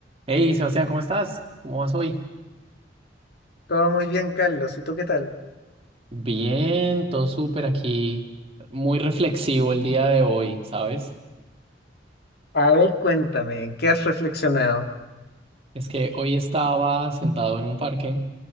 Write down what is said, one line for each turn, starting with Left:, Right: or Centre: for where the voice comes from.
Right: Hey, Sebastián, ¿cómo estás? ¿Cómo vas hoy?
Left: Todo muy bien, Carlos. ¿Y tú qué tal?
Right: Bien, todo súper aquí. Muy reflexivo el día de hoy, ¿sabes?
Left: A ver, cuéntame, ¿qué has reflexionado?
Right: Es que hoy estaba sentado en un parque